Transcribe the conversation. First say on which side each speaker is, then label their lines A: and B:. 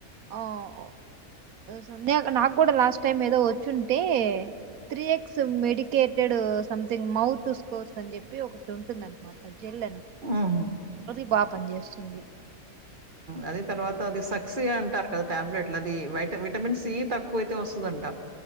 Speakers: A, on the right; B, on the right.
A: మ్ సంధ్య నాకు కూడా లాస్ట్ టైం ఏదో వచ్చుంటే three X medicated something mouth course అని చెప్పి ఒకటి ఉంటుందనమాట జల్
B: మ్ హు
A: అది బా పనిచేస్తుంది
B: అది తర్వాత అది సక్సియ అంటారు కద్ టాబ్లెట్లు అది వైట విటమిన్ సి తక్కువైతే వస్తదంట